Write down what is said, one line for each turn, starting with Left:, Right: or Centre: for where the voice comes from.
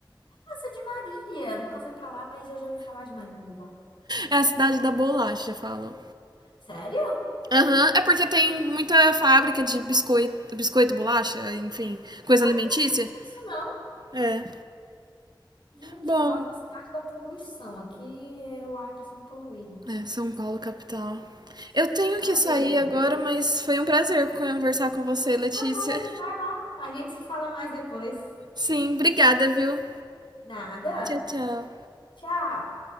Left: Ah, você é de Marília. Eu Nunca fui pra lá, mas eu já ouvi falar de Marília.
Right: É a cidade da bolacha, falam.
Left: Sério?
Right: Aham, é porque tem muita fábrica de biscoito, biscoito, bolacha, enfim, coisa alimentícia.
Left: Eu não sabia disso, não.
Right: É.
Left: Gente,
Right: Bom,
Left: eu moro na cidade da poluição. Aqui é, o ar tá sempre poluído.
Right: É, São Paulo, capital. Eu
Left: <laughs>
Right: tenho
Left: Ai,
Right: que sair
Left: eu odeio.
Right: agora, mas foi um prazer conversar com você, Letícia.
Left: Tá bom, vai lá. A gente se fala mais depois.
Right: Sim, obrigada, viu?
Left: Nada.
Right: Tchau, tchau.
Left: Tchau.